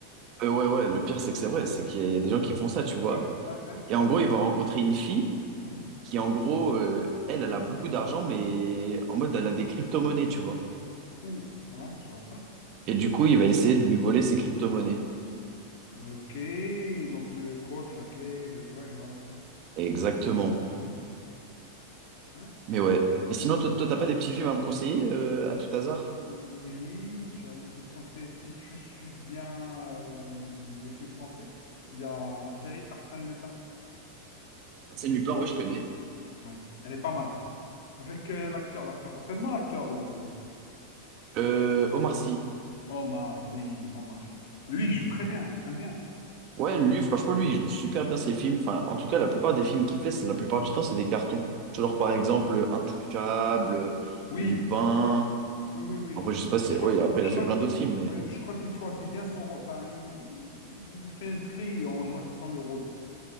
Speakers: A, on the right (about 40°); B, on the left (about 55°).
A: euh, ouais, ouais, le pire,
B: Voilà.
A: c'est que c'est vrai. C'est qu'il y a il y a des gens qui
B: Oui.
A: font ça, tu vois.
B: Ouais, ouais, ouais.
A: Et en
B: Bon.
A: gros, il va rencontrer une fille
B: hein.
A: qui, en gros, euh, elle, elle a beaucoup d'argent, mais en mode, elle a des crypto-monnaies, tu vois.
B: Ouh, ouais, je vois ça.
A: Et du coup, il va essayer de lui voler ses crypto-monnaies.
B: Ok, donc le code, la clé, le... Ouais, voilà,
A: Exactement.
B: <laughs> je vois ça. Ouais, très
A: Mais
B: bien.
A: ouais. Mais sinon, toi, toi, t'as pas des petits films à me conseiller euh, à tout hasard?
B: Oui, j'allais te conseiller, si tu suis bien euh, les films français, il y a la série Arsène Lupin.
A: Arsène Lupin, ouais, je connais.
B: Ouais, elle est pas mal. Avec euh, l'acteur, l'acteur, rappelle-moi l'acteur, le... le-
A: Euh, Omar Sy.
B: Omar, oui, Omar. Lui, il joue très bien, j'aime bien.
A: Ouais, lui, franchement, lui, il joue super bien ses films. Enfin, en tout cas, la plupart des films qu'il fait, c'est- la plupart du temps, c'est des cartons. Tu vois, Genre, par exemple, Intouchable,
B: Oui,
A: Lupin.
B: oui, oui, oui.
A: Après, je sais pas
B: il-
A: si.
B: il choi-
A: Ouais, après,
B: je
A: il a fait
B: crois,
A: plein d'autres films, mais.
B: ouais, je crois qu'il choisit bien son rôle. Enfin, il, il- il fait un tri en choisissant le rôle, quoi.